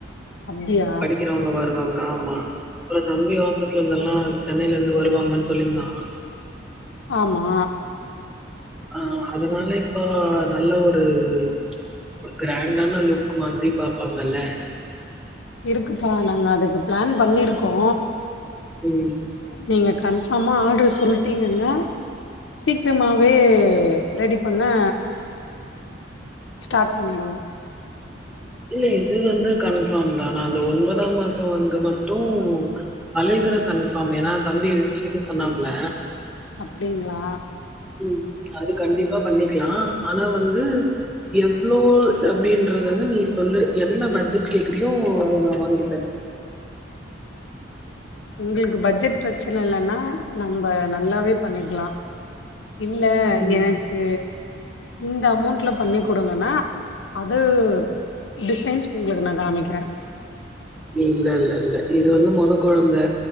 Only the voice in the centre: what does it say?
க்கறவங்க வருவாங்க ஆமா அப்புறோ தம்பி ஆபீஸ்ல இருந்துல்லா சென்னையில இருந்து வருவாங்கன்னு சொல்லியிருந்தா
ஆ அதனால இப்போ நல்ல ஒரு ம்ச் கிராண்டான லுக் மாதிரி பாப்பாங்கல்ல
ம்
இல்ல இது வந்து கன்ஃபார்ம் தா நா அந்த ஒன்பதாம் மாசம் வந்து மட்டு மளிகை கடை கன்ஃபார்ம் ஏன்னா தம்பி விசாரிக்க சொன்னாப்பல
ம் அது கண்டிப்பா பண்ணிக்கலா ஆனா வந்து எவ்வளோ அப்டின்றத வந்து நீ சொல்லு என்ன பட்ஜெட் கேக்குறையோ அத நா வாங்கி தரேன்
ம்.
இல்ல இல்ல இல்ல இது வந்து மெத குழந்தை